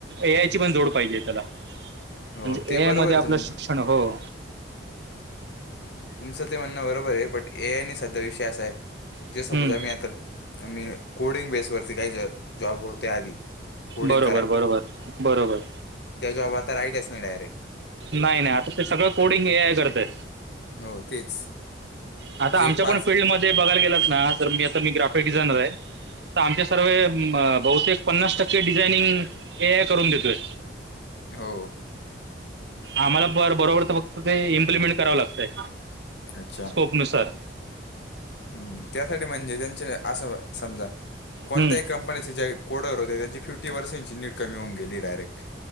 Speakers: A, on the right; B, on the left.
A: ए आय ची पण जोड पाहिजे त्याला
B: हो
A: म्हणजे
B: ते
A: ए
B: बरोबर
A: आय मध्ये
B: आहे
A: आपलं
B: तुम
A: शिक्षण अनुभव
B: तुमचं ते म्हणणं बरोबर आहे पण ए आय आणि सध्या विषय असा आहे जे
A: हम्म
B: सपोज आम्ही आता आम्ही कोडिंग बेसवरती काही जॉब होते आधी. कोडिंग
A: बरोबर बरोबर बरोबर.
B: त्याच्या जॉबआता रा राहिलाच नाहीच डायरेक्ट.
A: नाही नाही आता ते सगळं कोडिंग हे ए आय करतंय.
B: हो तेच.
A: आता
B: जे
A: आमच्या
B: पाच
A: पण फीलल्डमध्ये बघायला गेलेत ना तर मी मी ग्राफिक डिझायनर आहे. तर आमच्या सर्व बहुतेक पन्नास टक्के डिझायनिंग ए आय करून देतोय.
B: हो
A: आम्हाला ब बरोबर तर फक्त ते इम्प्लिमेंट करावं लागतंय.
B: अच्छा
A: स्कोपनुसार
B: हम्म त्यासाठी म्हणजे त्यांचे असं समजा कोणतही
A: हम्म.
B: कं नी ज्या कोडर होते त्यांची फिफ्टी पर्सेंटची नीग कमी होऊ गेली डायरेक्ट.